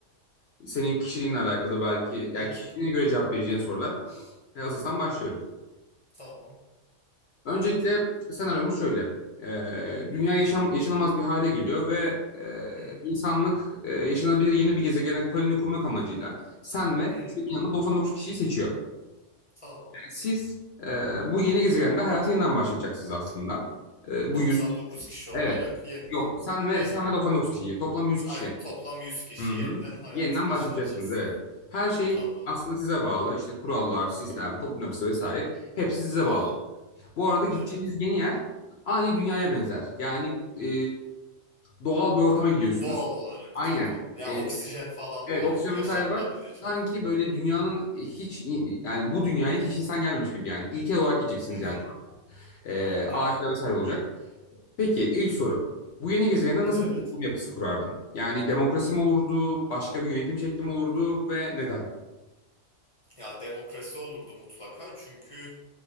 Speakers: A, on the left; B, on the left.
A: e, senin kişiliğinle alakalı belki ya
B: Hı,
A: yani kişiliğine göre cevap vereceğin sorular. E, hazırsan başlıyorum.
B: tamam.
A: Öncelikle senaryomuz şöyle. Ee, dünya yaşam, yaşanamaz bir hale geliyor ve e,
B: Hı,
A: insanlık e, yaşanabilir yeni bir gezegene koloni kurmak amacıyla sen ve
B: hı,
A: senin yanında 99 kişiyi seçiyor.
B: tamam.
A: Siz e, bu yeni gezegende hayata yeniden başlayacaksınız aslında. E, bu
B: 99
A: 100 kişi.
B: kişi olarak
A: Evet.
B: yeniden.
A: Yok sen ve
B: Yeni
A: sen
B: bir...
A: ve 99 kişi. Toplam 100 kişi
B: Aynen
A: yani.
B: toplam 100 kişi
A: Hı
B: yeniden
A: hı.
B: hayatı
A: Yeniden
B: başlatacağız.
A: başlayacaksınız evet. Her şey
B: Tamam.
A: aslında size bağlı. İşte kurallar, sistem, toplum yapısı vesaire. Hepsi size
B: Hı,
A: bağlı. Bu arada gideceğiniz
B: evet.
A: yeni yer aynı dünyaya benzer. Yani e, doğal bir ortama gidiyorsunuz.
B: Doğal olarak
A: Aynen.
B: tamam. Ya
A: E,
B: oksijen falan
A: evet
B: var.
A: oksijen
B: Yaşanılabilir.
A: vesaire var. Sanki böyle dünyanın hiç yani bu dünyaya hiç insan gelmemiş gibi yani. İlkel olarak gideceksiniz
B: Hı hı.
A: yani. E, ağaçlar
B: Hı,
A: vesaire olacak. Peki ilk sorum Bu yeni gezegende nasıl
B: evet.
A: bir toplum yapısı kurardın? Yani demokrasi mi olurdu, başka bir yönetim şekli mi olurdu ve neden?
B: Ya demokrasi olurdu mutlaka çünkü